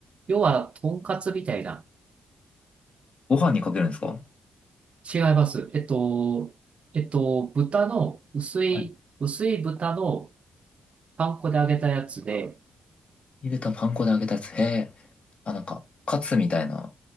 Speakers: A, on the right; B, on the left.
A: 要は、とんかつみたいな。
B: ご飯にかけるんですか
A: 違います。えっと、えっと、豚の、薄い、
B: はい。
A: 薄い豚のパン粉で揚げたやつで、
B: 入れたパン粉で揚げたやつ。へえ。あ、なんか、カツみたいな、